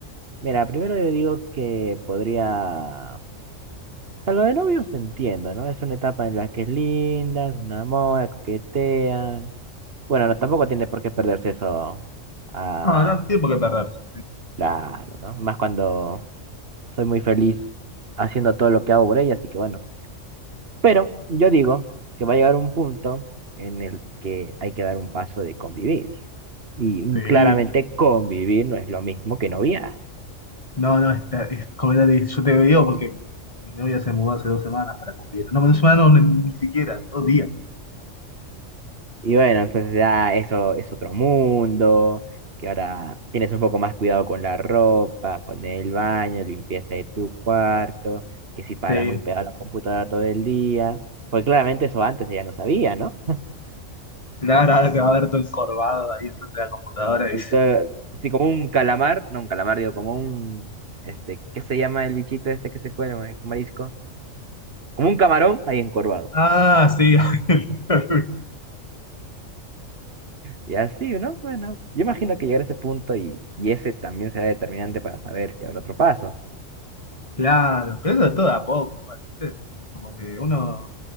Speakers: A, on the right; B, on the left.
A: Mira, primero yo digo que podría... O sea, lo de novios entiendo, ¿no? Es una etapa en la que es linda, se enamora, coquetean. Bueno, no, tampoco tiene por qué perderse eso. Ah,
B: No, no no tiene por qué perderse.
A: claro, ¿no? Más cuando soy muy feliz haciendo todo lo que hago por ella, así que bueno. Pero yo digo que va a llegar un punto en el que hay que dar un paso de convivir. Y mm,
B: Sí.
A: claramente convivir no es lo mismo que noviar.
B: No, no, está, es completamente- Yo te digo porque mi novia se mudó hace dos semanas para convivir. No, dos semanas no, ni, ni siquiera, dos días.
A: Y bueno, entonces ya eso es otro mundo, que ahora tienes un poco más cuidado con la ropa, con el baño, limpieza de tu cuarto, que si paras
B: Sí.
A: muy pegado a la computadora todo el día. Pues claramente eso antes ella no sabía, ¿no?
B: Claro, ahora te va a ver todo encorvado ahí frente a la computadora y
A: Ahí
B: dice,
A: está, así como un calamar, no un calamar, digo, como un, este, ¿qué se llama el bichito este que se cuela, ma- marisco? Como un camarón ahí encorvado.
B: ah, sí. <laughs>
A: Y así, ¿no? Bueno, yo imagino que llegar a ese punto y, y ese también será determinante para saber si habrá otro paso.
B: Claro, pero eso es todo de a poco, igual, ¿viste? Como que uno.